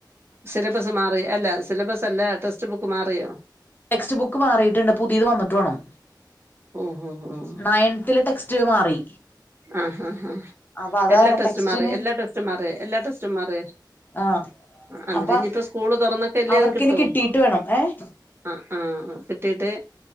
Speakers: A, on the right; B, on the left.
A: സിലബസ് മാറി അല്ല സിലബസ് അല്ല ടെക്സ്റ്റ് ബുക്ക് മാറിയോ?
B: ടെക്സ്റ്റ്ബുക്ക് മാറിയിട്ട്ണ്ട് പുതിയത് വന്നിട്ട് വാണം
A: ഓഹ് ഓഹ് ഓഹ്
B: നയൻത്തിലെ ടെക്സ് റ്റ് മാറി.
A: ആഹ് ആഹ് ആഹ്
B: അപ്പൊ അത്
A: എല്ലാ
B: കാരണം
A: ടെസ്റ്റും
B: ടെക്സ്റ്റിന്
A: മാറി എല്ലാ ടെസ്റ്റും മാറി എല്ലാ ടെസ്റ്റും മാറി
B: ആഹ്
A: അന്നേരം
B: അപ്പൊ
A: ഇനി ഇപ്പോ സ്കൂള് തൊറന്നിട്ടല്ലേ
B: അവർക്കിനി
A: അത് കിട്ടൂ
B: കിട്ടീട്ട് വേണം ഏഹ്
A: ആഹ് ആഹ് കിട്ടിയിട്ട്